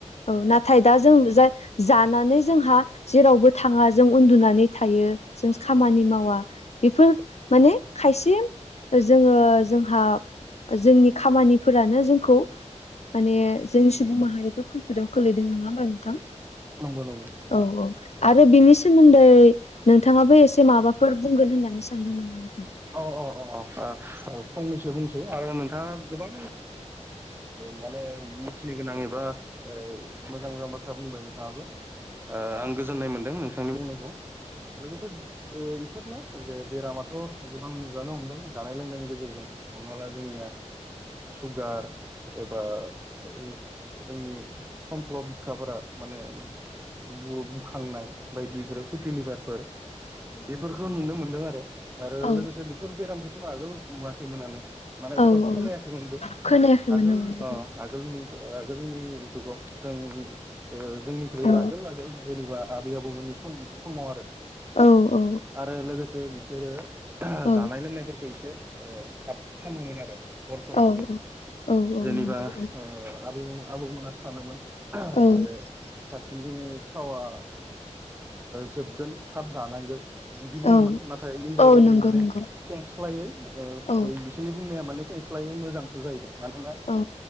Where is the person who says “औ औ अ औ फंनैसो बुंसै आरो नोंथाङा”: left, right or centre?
Right